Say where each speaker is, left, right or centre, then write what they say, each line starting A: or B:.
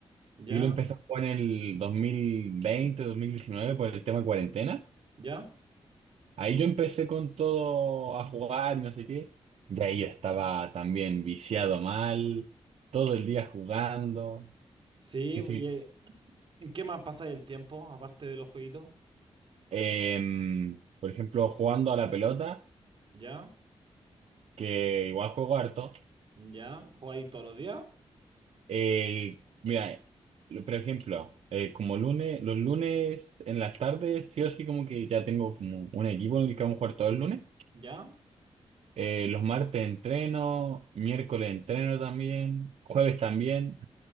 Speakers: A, on the right; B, on the right.
A: ¿Ya?
B: Yo lo empecé a jugar en el 2020, 2019 por el tema cuarentena.
A: ¿Ya?
B: Ahí yo empecé con todo a jugar y no sé qué. Y ahí yo estaba también viciado mal, todo el día jugando.
A: Sí,
B: Que sí.
A: y, eh, ¿en ¿qué más pasa el tiempo aparte de los jueguitos?
B: em, por ejemplo, jugando a la pelota,
A: ¿Ya?
B: que igual juego harto.
A: ¿Ya? ¿Jugáis todos los días?
B: Eh, mira, lo- por ejemplo, eh, como lunes, los lunes en las tardes, sí o sí como que ya tengo como un equipo en el que vamos a jugar todos los lunes.
A: ¿Ya?
B: Eh, los martes entreno, miércoles entreno también, jueves también.